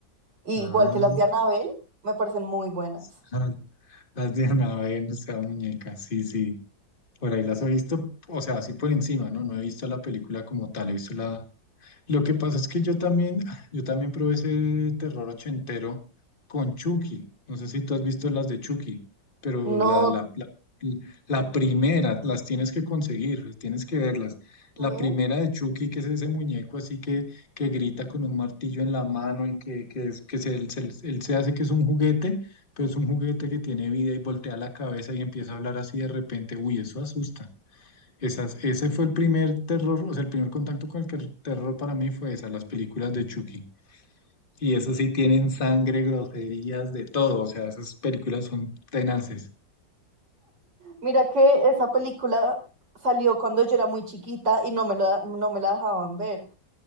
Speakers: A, on the right; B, on the left.
A: Y
B: Ah,
A: igual que las de Annabelle, me parecen muy buenas.
B: <laughs> las de Anabel, o sea, muñeca, sí, sí. Por ahí las he visto, o sea, así por encima, ¿no? No he visto la película como tal, he visto la, Lo que pasa es que yo también, yo también probé ese terror ochentero con Chucky. No sé si tú has visto las de Chucky, pero
A: No,
B: la, la, la, la primera, las tienes que conseguir, tienes que verlas. La
A: sé.
B: primera de Chucky, que es ese muñeco así que, que grita con un martillo en la mano y que, que, es- que se, él, se, él se hace que es un juguete, pero es un juguete que tiene vida y voltea la cabeza y empieza a hablar así de repente. Uy, eso asusta. Esas, ese fue el primer terror, o sea, el primer contacto con el que- terror para mí fue esas, las películas de Chucky. Y esas sí tienen sangre, groserías, de todo, o sea, esas películas son tenaces.
A: Mira que esa película salió cuando yo era muy chiquita y no me lo, no me la dejaban ver.